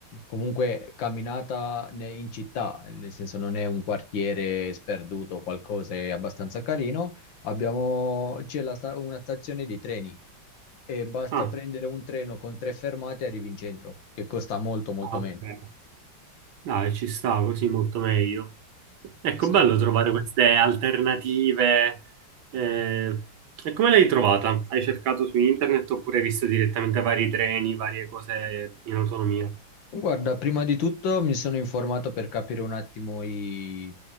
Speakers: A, on the left; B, on the right.
A: comunque camminata ne- in città, nel senso non è un quartiere sperduto o qualcosa, è abbastanza carino, abbiamo, c'è la sta- una stazione di treni e basta
B: Ah,
A: prendere un treno con tre fermate e arrivi in centro, che costa molto molto
B: ah, ok.
A: meno.
B: Dai, ci sta così molto meglio. Ecco,
A: Sì.
B: bello trovare queste alternative. eh. E come l'hai trovata? Hai cercato su internet oppure hai visto direttamente vari treni, varie cose in autonomia?
A: Guarda, prima di tutto mi sono informato per capire un attimo i,